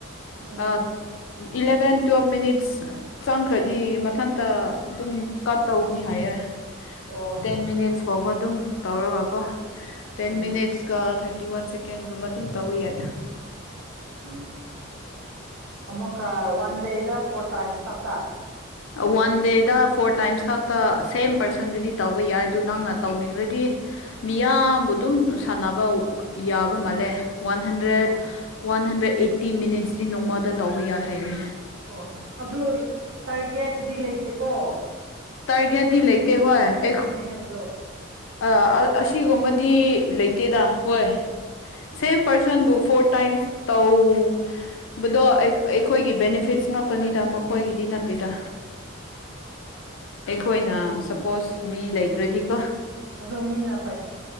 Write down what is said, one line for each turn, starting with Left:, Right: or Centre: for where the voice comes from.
Right: ꯎꯝ
Left: ꯑ <inaudible> <unintelligible> ꯏꯂꯚꯦꯟ ꯇꯨꯋꯦꯜꯕ ꯃꯤꯅꯤꯠꯁ ꯆꯪꯈ꯭ꯔꯗꯤ ꯃꯊꯟꯇ ꯑꯗꯨꯝ ꯀꯠ ꯇꯧꯒꯅꯤ ꯍꯥꯏꯌꯦ
Right: ꯑꯣ
Left: ꯇꯦꯟ ꯃꯤꯅꯤ ꯐꯥꯎꯕ ꯑꯗꯨꯝ ꯇꯧꯔꯒꯀꯣ ten
Right: um
Left: minutes thirty one ꯁꯦꯀꯦꯟꯁꯀꯨꯝꯕ ꯑꯗꯨꯝ ꯇꯧꯋꯣ ꯌꯥꯏꯗ
Right: ꯎꯝ ꯑꯃꯀ ꯋꯥꯟ ꯗꯦꯗ ꯐꯣꯔ ꯇꯥꯏꯝꯁ ꯀꯁ
Left: ꯋꯥꯟ ꯗꯦꯗ ꯐꯣꯔ ꯇꯥꯏꯝꯁ ꯈꯛꯇ ꯁꯦꯝ ꯄꯔꯁꯟꯗꯗꯤ ꯇꯧꯕ ꯌꯥꯏ ꯑꯗꯨ ꯅꯪꯅ ꯇꯧꯅꯤꯡꯔꯗꯤ ꯃꯤꯌꯥꯝꯕꯨ ꯑꯗꯨꯝ ꯁꯥꯟꯅꯕ ꯌꯥꯕ ꯃꯥꯜꯂꯦ ꯋꯥꯟ ꯍꯟꯗ꯭ꯔꯦꯠ
Right: ꯑꯣ
Left: ꯋꯥꯟ ꯍꯟꯗ꯭ꯔꯦꯠ ꯑꯦꯠꯇꯤ ꯃꯤꯅꯤꯠꯁ ꯁꯤ ꯅꯣꯡꯃꯗ ꯇꯧꯕ ꯌꯥꯏ ꯍꯥꯏꯅꯤ
Right: ꯑꯣ ꯑꯗꯨ ꯇꯔꯒꯦꯠ ꯗꯤ ꯂꯩꯇꯦ ꯀꯣ
Left: ꯇꯔꯒꯦꯠꯗꯤ ꯂꯩꯇ ꯍꯣꯏ ꯑꯩ
Right: ꯍꯥꯏꯕꯗꯣ
Left: ꯑ ꯑꯁꯤꯒꯨꯝꯕꯗꯤ ꯂꯩꯇꯦꯗ ꯍꯣꯏ
Right: ꯎꯝ
Left: ꯁꯦꯝ ꯄꯔꯁꯟ ꯕꯨꯐ ꯐꯣꯔ ꯇꯥꯏꯝꯁ ꯇꯧꯕꯗꯣ ꯑꯩꯈꯣꯏꯒꯤ ꯕꯦꯅꯤꯐꯤꯠꯁ ꯉꯥꯛꯇꯅꯤꯗ ꯃꯈꯣꯏꯒꯤꯗꯤ ꯅꯠꯇꯦꯗ ꯑꯩꯈꯣꯏꯅ
Right: ꯎꯝ
Left: ꯁꯄꯣꯁ ꯃꯤ ꯂꯩ ꯔꯗꯤ ꯀꯣ
Right: ꯑꯗꯣ ꯃꯤꯅ ꯄꯩꯁ